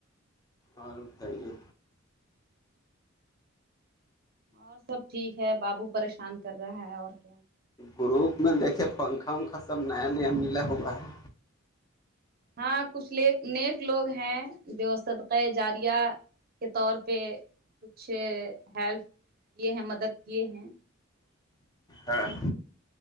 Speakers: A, on the left; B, on the right.
A: اور بتائیے
B: اور سب ٹھیک ہے بابو پریشان کر رہا ہے اور کیا
A: گروپ میں دیکھے پنکھا ونکھا سب نیا نیا ملا ہوا ہے
B: ہاں کچھ لیک نیک لوگ ہیں جو صدقے جاریا کے طور پہ کچھ ہیلپ کیے ہیں مدد کیے ہیں
A: ہاں